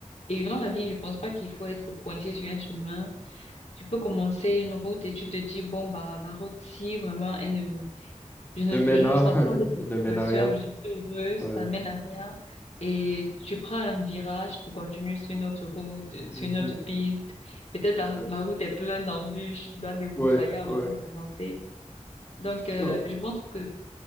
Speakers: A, on the left; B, on the left.
A: et dans la vie, je pense pas qu'il faut être coincé sur un chemin. Tu peux commencer une route et tu te dis, bon, bah, la route, si vraiment, elle ne, je ne,
B: Ne mène
A: je ne
B: à,
A: sens
B: <laughs>
A: pas de satisfaction,
B: ne mène à rien.
A: je suis pas heureuse,
B: ouais,
A: ça ne mène à rien. Et tu prends un virage, tu continues sur une autre route, euh, sur
B: Mhm.
A: une autre piste. Peut-être la,
B: ouais,
A: la route est pleine d'embûches, tu dois te débroussailler
B: ouais,
A: avant
B: ouais.
A: d'avancer. Donc, euh,
B: Non,
A: je pense que